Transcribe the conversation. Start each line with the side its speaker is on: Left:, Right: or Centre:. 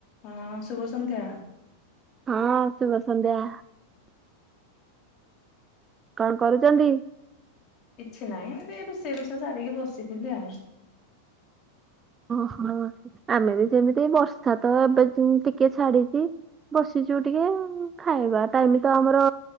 Left: ହଁ ଶୁଭ ସନ୍ଧ୍ୟା।
Right: ହଁ ଶୁଭ ସନ୍ଧ୍ୟା। କଣ କରୁଛନ୍ତି?
Left: କିଛି ନାହିଁ ଏମିତି ରୋଷେଇ ରୁଷା ସାରିକି ବସିଥିଲି ଆଉ।
Right: ଓ ହୋ ଆମେ ବି ସେମିତି ବର୍ଷା ତ ଏବେ ଟି ଟିକେ ଛାଡିଛି। ବସିଛୁ ଟିକେ ଖାଇବା ଟାଇମ୍ ତ ଆମର